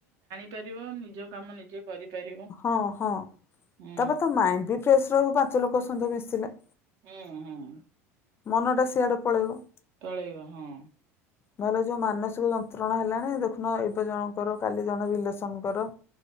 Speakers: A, on the right; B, on the left.
A: ଫେରିବ ନିଜ କାମ ନିଜେ। କରିପାରିବ।
B: ହଁ ହଁ ତାପରେ
A: ହୁଁ
B: ତା ପରେ ତମ ମାଇଣ୍ଡ ବି ଫ୍ରେଶ ରହିବ ପାଞ୍ଚ ଲୋକଙ୍କ ସହିତ ମିଶିଲେ।
A: ହଁ ହୁଁ।
B: ମନଟା ସିଆଡେ ପଳେଇବ।
A: ଚଳେଇବ ହଁ
B: ନହେଲେ ଯୋଉ ମାନସିକ ଯନ୍ତ୍ରଣା ହେଲାଣି ଦେଖୁନ ଏବେ ଜଣଙ୍କର କାଲି ଜଣେ ରିଲେସନଙ୍କର।